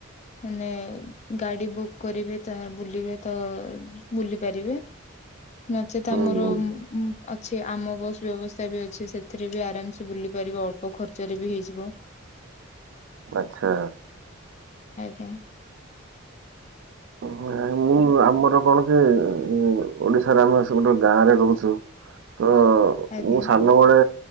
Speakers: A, on the left (about 35°); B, on the right (about 65°).
A: ମାନେ ଗାଡ଼ି ବୁକ୍ କରିବେ ତା ବୁଲିବେ ତ ବୁଲି ପାରିବେ। ନଚେତ
B: ହୁଁ
A: ଆମର
B: ହୁଁ
A: ଉମ୍ ଉଁ ଅଛି ଆମ ବସ୍ ବ୍ୟବସ୍ଥା ବି ଅଛି ସେଥିରେ ବି ଆରାମସେ ବୁଲି ପାରିବେ ଅଳ୍ପ ଖର୍ଚ୍ଚରେ ବି ହେଇଯିବ।
B: ଆଚ୍ଛା।
A: ଆଜ୍ଞା।
B: ନାଇଁ, ମୁଁ ଆମର କଣ କି ଉଁ, ଓଡ଼ିଶାରେ ଆମେ ସବୁଠୁ ଗାଁରେ ରହୁଛୁ ତ
A: ଆଜ୍ଞା
B: ମୁଁ ସାନବେଳେ